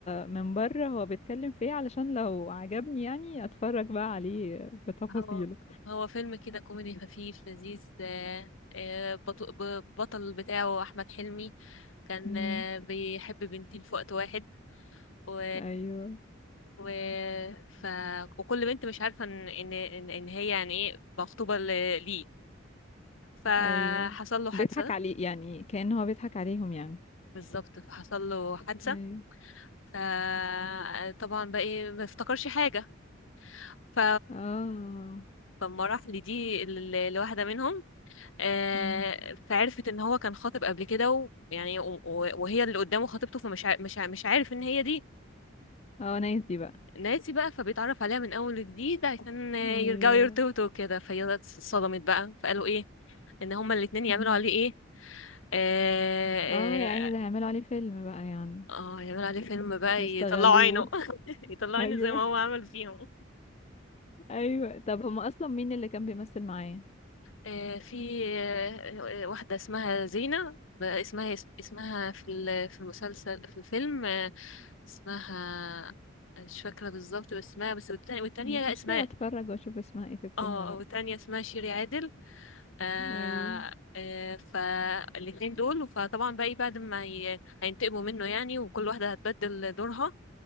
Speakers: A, on the left (about 35°); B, on the left (about 75°).
A: من بره هو بيتكلم في ايه علشان لو عجبني يعني اتفرج بقى عليه بتفاصيله
B: هو هو فيلم كده كوميدي خفيف لذيذ آه، آه، بطو- ب- بطل بتاعه أحمد حلمي كان
A: امم
B: آه، بيحب بنتين في وقت واحد و...
A: ايوه
B: و... ف... وكل بنت مش عارفة إن إن إن إن هي يعني إيه مخطوبة ل- ليه فحصل
A: ايوه
B: له حادثة
A: بيضحك عليه يعني كأن هو بيضحك عليهم يعني
B: بالظبط فحصل له حادثة
A: ايوه
B: فطبعا بقى ايه ما افتكرش حاجة ف
A: اه
B: فالمراحل دي ال- الواحدة منهم آه،
A: امم
B: فعرفت ان هو كان خاطب قبل كده ويعني و- و- وهي اللي قدامه خطيبته فمش ع- مش ع- مش عارف ان هي دي
A: اه نايس دي بقى
B: ناسي بقى فبيتعرف عليها من اول وجديد عشان آه،
A: ايوه
B: يرجعوا يرتبطوا وكده فهي اتصدمت بقى فقالوا ايه ان هما الاتنين يعملوا
A: مم.
B: عليه ايه اه,
A: اه يعني ده هيعملوا عليه فيلم بقى يعني
B: آه, آه يعملوا عليه فيلم بقى
A: هيشتغلوه
B: يطلعوا عينه <laughs>
A: <laughs>
B: يطلعوا عينه
A: ايوه
B: زي ما هو عمل فيهم
A: ايوه طب هما اصلا مين اللي كان بيمثل معاه
B: آه، في آه، آه، واحدة اسمها زينة بقى اسمها اسم- اسمها في ال- في المسلسل في الفيلم آه، اسمها مش فاكرة بالظبط بس اسمها بس والتانية والتانية
A: مش
B: لا
A: مشكلة
B: اسمها
A: اتفرج واشوف اسمها ايه في الفيلم
B: اه
A: بقى
B: والتانية اسمها شيري عادل آه
A: ايوه
B: آه فالاتنين دول فطبعا بقى إيه، بعد ما هي- هينتقموا منه يعني وكل واحدة هتبدل دورها